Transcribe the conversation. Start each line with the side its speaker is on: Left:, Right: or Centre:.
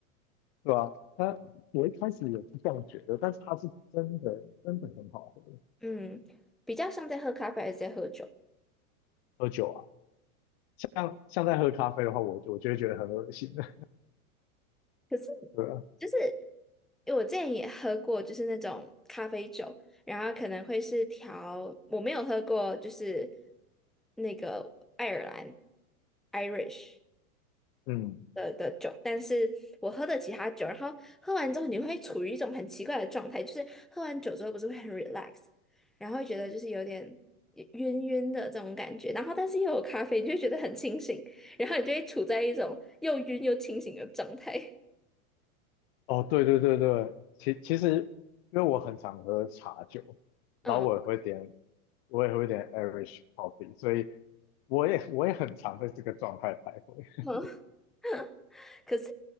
Left: 对吧？他我一开始也是这样觉得，但是他是真的真的很好喝，
Centre: 嗯，比较像在喝咖啡还是在喝酒？
Left: 喝酒啊，像像在喝咖啡的话，我我就会觉得很恶心的，
Centre: 可是
Left: <laughs> 对啊，
Centre: 就是因为我之前也喝过，就是那种咖啡酒，然后可能会是调，我没有喝过，就是那个爱尔兰 Irish。
Left: 嗯，
Centre: 的的酒，但是我喝的其他酒，然后喝完之后你会处于一种很奇怪的状态，就是喝完酒之后不是会很 relax，然后会觉得就是有点晕晕的这种感觉，然后但是又有咖啡，你就会觉得很清醒，然后你就会处在一种又晕又清醒的状态。
Left: 哦，对对对对，其其实因为我很常喝茶酒，
Centre: 嗯，
Left: 然后我也会点我也会点 Irish coffee，所以我也我也很常在这个状态徘徊。
Centre: <laughs> 可是